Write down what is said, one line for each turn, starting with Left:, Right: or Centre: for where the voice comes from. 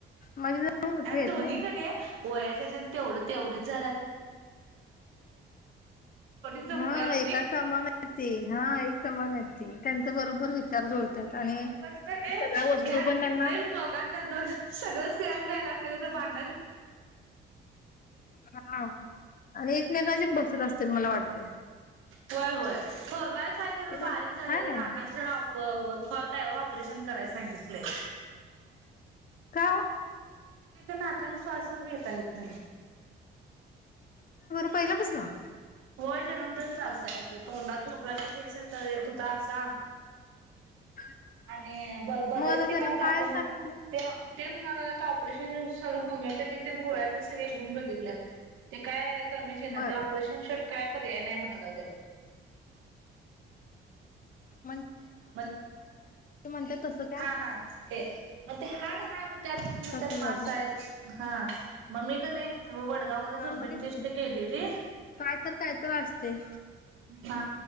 Left: माझे जरा मोठे आहेत
Right: धोनी
Left: नाही.
Right: कणी व्ह त्याच्यात तेवढं तेवढीच <unintelligible> जमल्या
Left: हा
Right: होती.
Left: एका समान हायत ते हा एक समान हायत ते. त्यांच बरोबर विचार जुळतात आणि
Right: काय पण कणी
Left: सगळ्या वस्तू
Right: घ्याल
Left: पण त्यांना
Right: की ड्रेस दोघांना दोन सगळं सेम घ्यायला लागतय नाइ तर भांडणा शि
Left: हा आणि एकमेकांचे बसत अस चल मला वाढ <inaudible>
Right: व्हय व्हय थोरलायचं काय जरास
Left: ते का
Right: बारीक झालेला
Left: हाय ना
Right: नाकाची राव व्हय व फॉल्ट हाय वं ऑपरेशन कराय सांगितलय.
Left: का?
Right: तिच्या नाकान श्वासच घेता येत नाइ.
Left: पहिल्यापसन.
Right: होय जन्मताचं ञास त्याच्या तोंडात झोपला की फेस येतय येत होता असा.
Left: <inaudible>
Right: आणि बर्याच
Left: मग आता
Right: ठिकाणी
Left: त्याला
Right: दाखवून
Left: काय सांगितलं
Right: तेय ते म्हणा लागल्यात ऑपरेशन हुस साधं होमिओपथीतील गोळ्यातील सगळे घेऊन बघितल्यात ते काय कमीच इना
Left: बर
Right: ते ऑपरेशन <unintelligible> काय पर्याय नाइ म्हणा लागल्यात.
Left: पण
Right: म
Left: म्हणतात तसं काय
Right: हा हा ते म ते हाड हाय म्हणत्यात कोणी म्हणत्यात
Left: तसं झालं
Right: मास हाय हा. म मी कणी वडगाव मध्ये दुर्बीण
Left: हा मग तेच
Right: टेस्ट
Left: की
Right: केलेली
Left: काय तर काय तर असतय.
Right: हा.